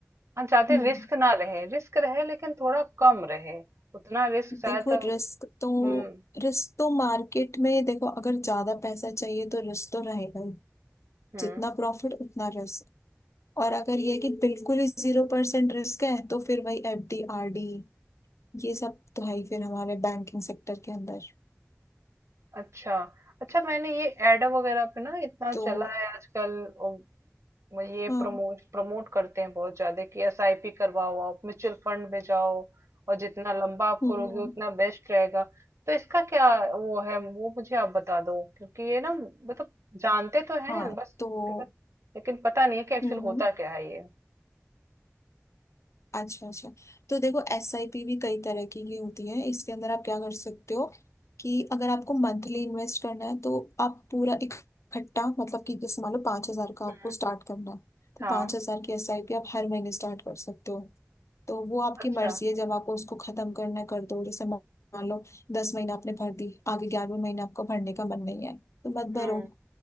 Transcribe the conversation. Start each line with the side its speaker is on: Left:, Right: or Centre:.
Right: हम चाहते
Left: हम्म
Right: रिस्क ना रहे रिस्क रहे लेकिन थोड़ा कम रहे उतना रिस्क शायद
Left: देखो
Right: तो
Left: रिस्क
Right: हम्म
Left: तो रिस्क तो मार्केट में देखो अगर ज्यादा पैसा चाहिए तो रिस्क तो रहेगा ही
Right: हम्म
Left: जितना प्रॉफिट उतना रिस्क और अगर ये है कि बिल्कुल ही जीरो परसेंट रिस्क है तो फिर वही एफ डी आर डी ये सब तो है ही फिर हमारे बैंकिंग सेक्टर के अंदर
Right: अच्छा अच्छा मैंने ये एड वगैरह पे ना इतना
Left: तो
Right: चला है आजकल ओ, वो ये
Left: हाँ
Right: प्रमोट प्रमोट करते हैं बहुत ज्यादा कि एसआईपी करवाओ आप म्यूचुअल फंड में जाओ और जितना लंबा आप
Left: हम्म
Right: करोगे उतना बेस्ट रहेगा तो इसका क्या वो है वो मुझे आप बता दो क्योंकि ये ना मतलब जानते तो हैं
Left: हाँ
Right: बस
Left: तो
Right: उसके बाद, लेकिन पता नहीं है कि एक्चुअल
Left: हम्म
Right: होता
Left: हम्म।
Right: क्या है ये
Left: अच्छा अच्छा तो देखो एस आई पी भी कई तरह की ही होती है इसके अंदर आप क्या कर सकते हो कि अगर आपको मंथली इन्वेस्ट करना है तो आप पूरा इकट्ठा मतलब कि जैसे मान लो पाँच हजार का आपको
Right: हम्म,
Left: स्टार्ट करना है तो
Right: हाँ
Left: पाँच हजार की एस आई पी आप हर महीने स्टार्ट कर सकते हो तो वो आपकी
Right: अच्छा
Left: मर्जी है जब आपको उसको खत्म करना है, कर दो जैसे मा- मान लो दस महीने आपने भर दी आगे ग्यारहवें महीने आपको भरने का मन नहीं है तो मत
Right: हम्म
Left: भरो